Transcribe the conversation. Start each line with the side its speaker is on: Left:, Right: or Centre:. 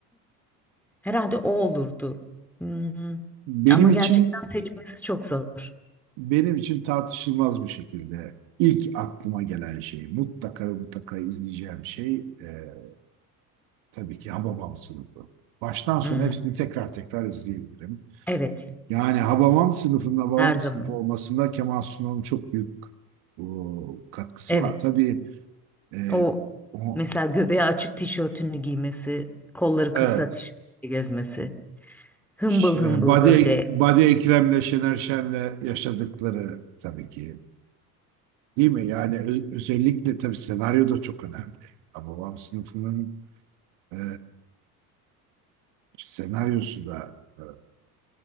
Centre: Herhalde o olurdu. Hmm.
Right: Benim
Centre: Ama
Right: için
Centre: gerçekten seçmesi çok zor.
Right: benim için tartışılmaz bir şekilde ilk aklıma gelen şey, mutlaka ve mutlaka izleyeceğim şey e, tabii ki Hababam sınıfı. Baştan sona
Centre: Hmm.
Right: hepsini tekrar tekrar izleyebilirim.
Centre: Evet,
Right: Yani Hababam sınıfının Hababam
Centre: her zaman.
Right: sınıfı olmasında Kemal Sunal'ın çok büyük o, katkısı
Centre: Evet.
Right: var. Tabii e,
Centre: O
Right: o,
Centre: mesela göbeği açık tişörtünü giymesi, kolları kısa
Right: evet
Centre: tişörtü gezmesi. Hımbıl
Right: Ş-
Centre: hımbıl
Right: e, Badi,
Centre: böyle.
Right: Badi Ekrem'le Şener Şen'le yaşadıkları tabii ki değil mi? Yani ö- özellikle tabii senaryo da çok önemli. Babam sınıfının E, senaryosu da e,